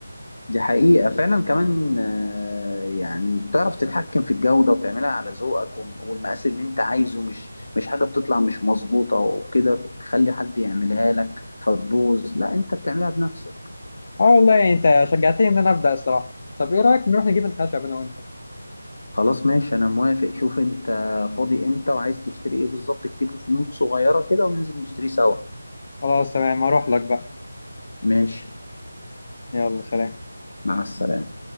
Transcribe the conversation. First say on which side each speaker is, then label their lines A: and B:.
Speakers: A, on the left; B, on the left.
A: دي حقيقة فعلا كمان آه، يعني بتعرف تتحكم في الجودة وتعملها على ذوقك وم- والمقاس اللي انت عايزه مش مش حاجة بتطلع مش مظبوطة وكده تخلي حد يعملها لك فتبوظ لا انت بتعملها بنفسك
B: اه والله يعني انت شجعتني ان انا ابدا الصراحه طب ايه رايك نروح نجيب الخشب انا وانت
A: خلاص ماشي انا موافق شوف انت فاضي امتى وعايز تشتري ايه بالظبط اكتبه في نوت صغيرة كده وننزل نشتري سوا
B: خلاص تمام هروح لك بقى
A: ماشي
B: يلا سلام
A: مع السلامة